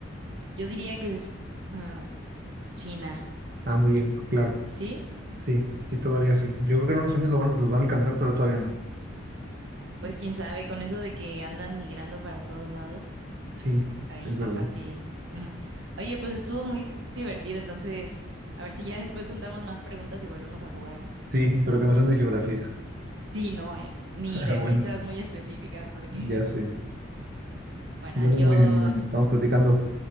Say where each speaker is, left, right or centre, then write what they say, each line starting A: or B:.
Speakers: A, on the right; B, on the right.
A: yo diría que es ah, China,
B: Ah, muy bien, claro.
A: ¿sí?
B: Sí, sí, todavía sí. Yo creo que en unos años lo van a- los van a alcanzar, pero todavía no.
A: Pues quién sabe, con eso de que andan migrando para todos lados,
B: Sí,
A: ahí
B: es verdad.
A: capaz sí. <laughs> Oye, pues estuvo muy divertido, entonces a ver si ya después juntamos más preguntas y volvemos a jugar.
B: Sí, pero que no sean de geografía.
A: Sí, no, eh, ni
B: <laughs>
A: de
B: Ah, Bueno,
A: fechas muy específicas, porque,
B: ya sé.
A: bueno,
B: Bueno,
A: adiós.
B: muy bien, Iván. Estamos platicando.